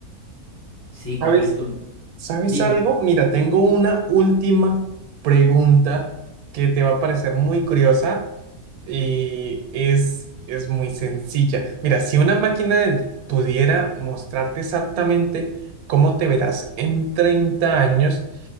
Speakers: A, on the left (about 20°); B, on the right (about 75°).
A: sí,
B: ¿Sabes?
A: correcto.
B: ¿Sabes
A: Dime.
B: algo? Mira, tengo una última pregunta que te va a parecer muy curiosa y es, es muy sencilla. Mira, si una máquina del- pudiera mostrarte exactamente cómo te verás en 30 años,